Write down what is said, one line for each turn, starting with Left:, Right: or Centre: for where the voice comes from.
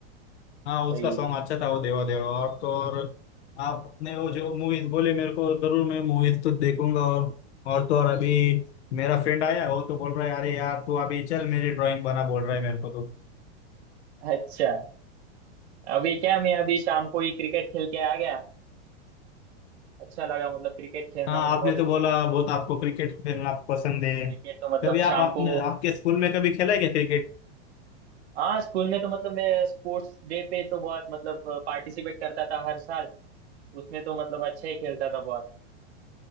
Left: हाँ उसका
Right: वही
Left: सॉन्ग अच्छा था वो देवा देवा और तो और आपने वो जो मूवीज बोले मेरे को जरूर मैं मूवीज तो देखूंगा और और तो और अभी मेरा फ्रेंड आया वो तो बोल रहा है अरे यार तू अभी चल मेरी ड्राइंग बना बोल रहा है मेरे को तो
Right: अच्छा अभी क्या मैं अभी शाम को ही क्रिकेट खेल के आ गया अच्छा लगा मतलब क्रिकेट खेलना
Left: हाँ
Right: मुझे बहुत
Left: आपने
Right: अच्छा
Left: तो बोला
Right: लगता
Left: बहुत आपको क्रिकेट खेलना पसंद है
Right: है क्रिकेट तो मतलब
Left: कभी आप
Right: शाम
Left: आपने
Right: को
Left: आपके स्कूल में कभी खेला है क्या क्रिकेट
Right: हाँ स्कूल में तो मतलब मैं स्पोर्ट्स डे पे तो बहुत मतलब पार्टिसिपेट करता था हर साल उसमें तो मतलब अच्छा ही खेलता था बहुत